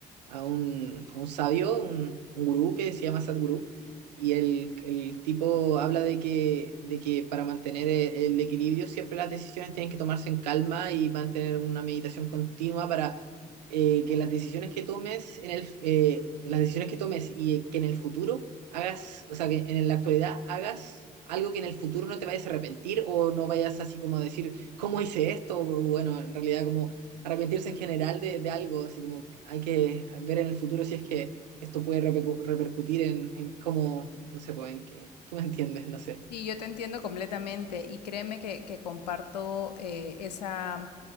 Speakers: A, on the right; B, on the left.
A: a un, a un sabio, un, un gurú que se llama Sadhguru, y el, el tipo habla de que, de que para mantener e- el equilibrio siempre las decisiones tienen que tomarse en calma y mantener una meditación continua para eh, que las decisiones que tomes en el, eh, las decisiones que tomes y eh, que en el futuro hagas, o sea, que en la actualidad hagas algo que en el futuro no te vayas a arrepentir o no vayas así como a decir, ¿cómo hice esto? O, bueno, en realidad como arrepentirse en general de, de algo, así como hay que ver en el futuro si es que esto puede repercu- repercutir en, en cómo, no sé, pues en qué, tú me entiendes, no sé.
B: Sí, yo te entiendo completamente y créeme que, que comparto eh, esa,